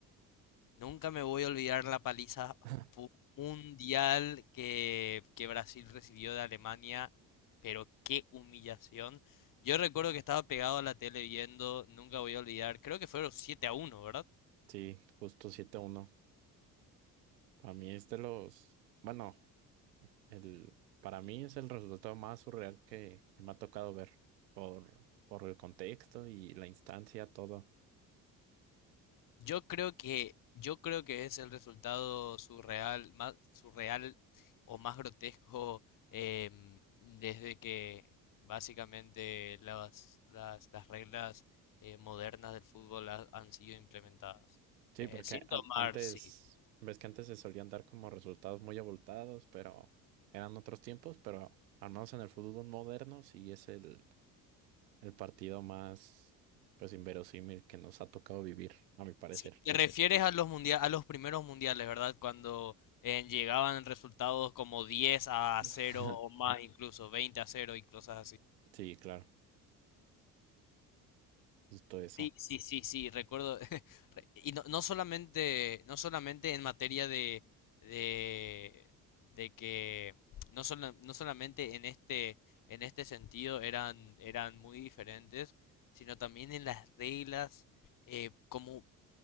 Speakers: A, on the left; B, on the right.
A: Nunca me voy a olvidar la paliza
B: <laughs>
A: fu- mundial que, que Brasil recibió de Alemania, pero qué humillación. Yo recuerdo que estaba pegado a la tele viendo, nunca voy a olvidar, creo que fueron 7 a 1, ¿verdad?
B: Sí, justo siete uno. A mí es de los, bueno, el, para mí es el resultado más surreal que, que me ha tocado ver por, por el contexto y la instancia, todo.
A: Yo creo que, yo creo que es el resultado surreal, más surreal o más grotesco em, desde que básicamente las, las, las reglas eh, modernas del fútbol ha- han sido implementadas.
B: Sí,
A: Eh,
B: porque
A: sin
B: an-
A: tomar,
B: antes,
A: sí.
B: ves que antes se solían dar como resultados muy abultados, pero eran otros tiempos, pero al menos en el fútbol moderno sí es el, el partido más, pues, inverosímil que nos ha tocado vivir, a mi parecer.
A: Sí, te refieres a los mundia- a los primeros mundiales, ¿verdad? Cuando eh, llegaban resultados como 10 a
B: <laughs>
A: cero o más, incluso 20 a cero y cosas
B: Sí, claro, justo eso.
A: Sí, sí, sí, sí, recuerdo. <laughs> re- Y no, no solamente, no solamente en materia de, de, de que no sola- no solamente en este, en este sentido eran, eran muy diferentes, sino también en las reglas, eh, como